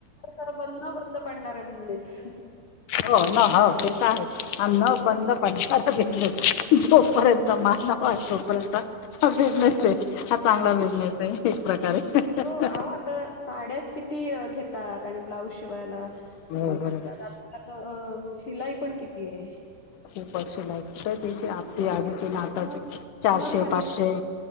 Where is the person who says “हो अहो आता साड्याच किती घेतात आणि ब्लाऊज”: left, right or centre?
Left